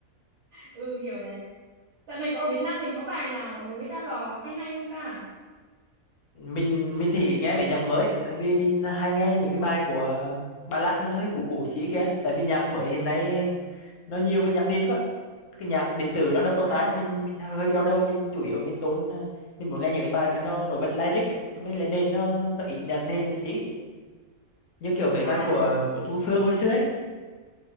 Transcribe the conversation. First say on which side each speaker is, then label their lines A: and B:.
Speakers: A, on the right; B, on the left.
A: ừ hiểu này dạo này có ở Việt Nam mình có bài nào mà mới ra lò hay hay không ta
B: mình mình thì ít nghe mấy nhạc mới tại vì mình hay nghe những cái bài của ballad mà nó hơi cũ cũ xí kìa tại vì nhạc mới hiện nay nó nhiều cái nhạc nền quá cái nhạc điện tử nó đập vào
A: à
B: tai mình mình hơi bị đau đầu mình chủ yếu mình tốn mình muốn nghe những cái bài mà nó nổi bật lyric ấy, với lại nền nó nó ít nhạc nền một xíu như kiểu mấy
A: à
B: bài của của Thu Phương hồi xưa ấy